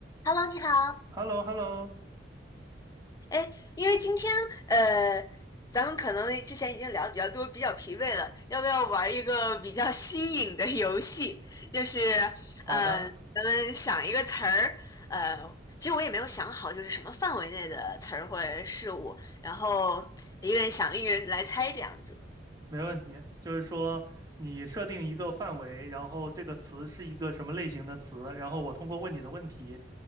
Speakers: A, on the left; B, on the right.
A: Hello，你好。
B: h e l l o h e l l o
A: 哎，因为今天呃，咱们可能之前已经聊得比较多，比较疲惫了，要不要玩一个比较新颖的游戏？就是
B: 好的，
A: 呃，咱们想一个词儿，呃，其实我也没有想好，就是什么范围内的词儿或者事物，然后一个人想，一个人来猜这样子。
B: 没问题。就是说，你设定一个范围，然后这个词是一个什么类型的词，然后我通过问你的问题，